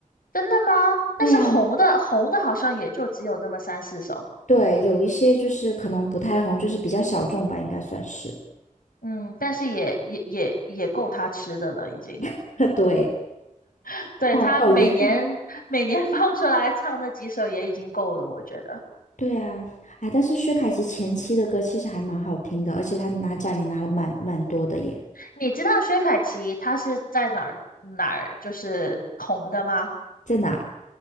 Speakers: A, on the left; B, on the left.
A: 真的吗？但是红的红的好像也就只有那么三四首，
B: 对呀，对，有一些就是可能不太红，就是比较小众吧，应该算是。
A: 嗯，但是也也也也够他吃的了，已经。
B: <laughs> 对，
A: <laughs> 对，
B: 好好遗憾。
A: 他每年每年 <laughs> 放出来唱那几首也已经够了，我觉得。
B: 对啊，哎，但是薛凯琪前期的歌其实还蛮好听的，而且她拿奖也拿了蛮蛮多的耶。
A: 你知道薛凯琪她是在哪儿哪儿就是红的吗？
B: 在哪？